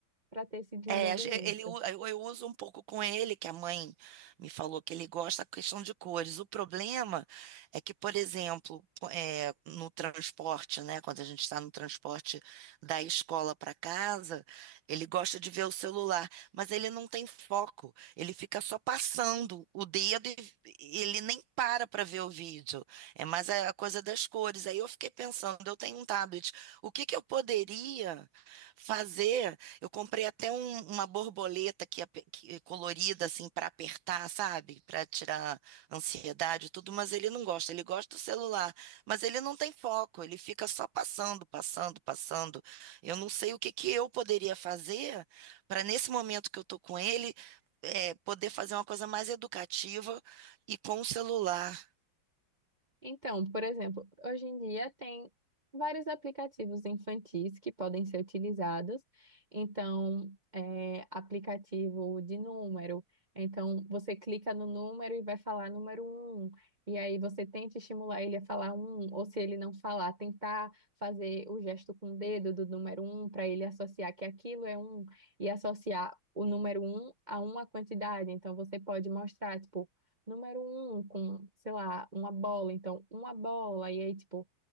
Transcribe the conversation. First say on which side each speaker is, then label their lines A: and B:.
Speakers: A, on the right; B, on the right.
A: para ter esse desenvolvimento.
B: É, a gen- ele, u- eu eu uso um pouco com ele, que a mãe me falou que ele gosta da questão de cores. O problema é que, por exemplo, co- é, no transporte, né, quando a gente está no transporte da escola para casa, ele gosta de ver o celular, mas ele não tem foco. Ele fica só passando o dedo e e ele nem para para ver o vídeo. É mais a coisa das cores. Aí eu fiquei pensando, eu tenho um tablet, o que que eu poderia fazer? Eu comprei até um- uma borboleta que, ape- que- é colorida assim para apertar, sabe? Para tirar ansiedade e tudo, mas ele não gosta. Ele gosta do celular, mas ele não tem foco. Ele fica só passando, passando, passando. Eu não sei o que que eu poderia fazer para nesse momento que eu tô com ele, é, poder fazer uma coisa mais educativa e com o celular.
A: Então, por exemplo, hoje em dia tem vários aplicativos infantis que podem ser utilizados. Então, é, aplicativo de número. Então, você clica no número e vai falar número um. E aí você tenta estimular ele a falar um, ou se ele não falar, tentar fazer o gesto com o dedo do número um para ele associar que aquilo é um e associar o número um a uma quantidade. Então, você pode mostrar, tipo número um com, sei lá, uma bola, então uma bola, e aí, tipo,